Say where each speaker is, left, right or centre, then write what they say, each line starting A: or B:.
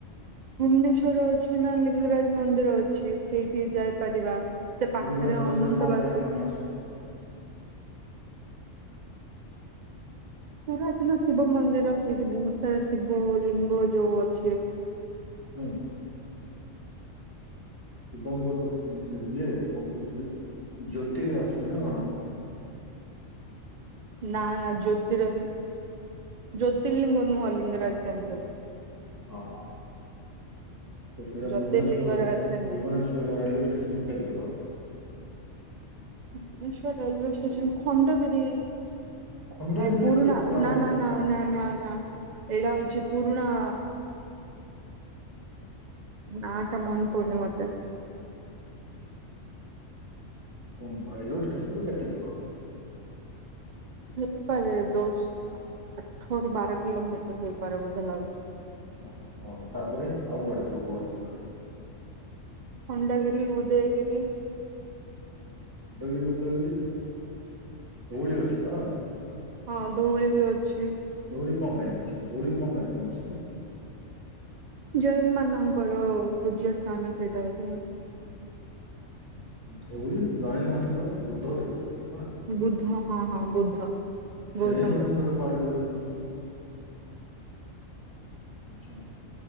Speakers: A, on the right; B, on the right.
A: ଭୁବନେଶ୍ଵରରେ ଅଛି ନା ଲିଙ୍ଗରାଜ ମନ୍ଦିର ଅଛି ସେଇଠି ଯାଇପାରିବା। ସେ ପାଖରେ
B: ଲିଙ୍ଗରାଜ
A: ଅନନ୍ତ
B: ମନ୍ଦିର କଣ
A: ବାସୁ
B: ପାଇଁ ଫେମସ?
A: ପୁରାତନ ଶିବ ମନ୍ଦିର ସେଇଠି ବହୁତ ସାରା ଶିବ ଲିଙ୍ଗ ଯୋଉ ଅଛି।
B: ହୁଁ। ଶିବଙ୍କର ମାନେ ସେ ଇଏ କଣ କହୁଛି ଜ୍ୟୋତିର ଆସୁଚି ନା?
A: ନା ନା ଜ୍ୟୋତିର ଜ୍ୟୋତିର୍ଲିଙ୍ଗ ନୁଆ ଲିଙ୍ଗରାଜ ଟେମ୍ପଲ୍।
B: ଓ ହ। ତ ସେଇଟା
A: ଜ୍ୟୋତିର୍ଲିଙ୍ଗରେ
B: ଭୁବନେଶ୍ୱର
A: ଆସେନି
B: ଭୁବନେଶ୍ୱର ରେଲୱେ ଷ୍ଟେସନରୁ କେତ୍ ଦୂର?
A: Bhubaneswar railway station Khandagiri.
B: ଖଣ୍ଡଗିରିରେ
A: ଏଇ ପୁରୁଣା
B: କୁଆଡେ
A: ନା
B: ଆସିଲା
A: ନା ନାଇ ନାଇ ନା ନା ଏଇଟା ହଉଚି ପୁରୁଣା। ନାଁ ଟା ମନ ପଡୁନି ମତେ।
B: ଉଁ ରେଲୱେ ଷ୍ଟେସନରୁ କେତେ ଦୂର?
A: ହେଇପାରେ ଦଶ ଆଠରୁ ବାର କିଲୋମିଟର ହେଇପାରେ ବୋଧେ ଲାଗୁଛି।
B: ଆଚ୍ଛା ହଉ ତାପରେ ଆଉ କୁଆଡେ ଯିବ ଭୁବନେଶ୍ୱରରେ?
A: ଖଣ୍ଡଗିରି ଉଦୟଗିରି।
B: ଖଣ୍ଡଗିରି ଉଦୟଗିରି ଧଉଳି ଅଛି ବା।
A: ହଁ ଧଉଳି ବି ଅଛି।
B: ଧଉଳି କଣ ପାଇଁ ଅଛି? ଧଉଳି କଣ ପାଇଁ ଫେମସ୍ କି?
A: ଜୈନ ମାନଙ୍କର ପୂଜ୍ୟ ସ୍ଥାନ ସେଇଟା ବୋଧେ ଆଉ
B: ଧଉଳି ଜୈନ ମାନଙ୍କର ବୁଦ୍ଧ ଦେବ ଥିଲେ ବା।
A: ବୁଦ୍ଧ ହଁ ହଁ ବୁଦ୍ଧ।
B: ଜୈନ
A: ଗୌତମ
B: ମାନଙ୍କର
A: ବୁଦ୍ଧ
B: କୁଆଡୁ ହେଇଗଲା? ଆଛା।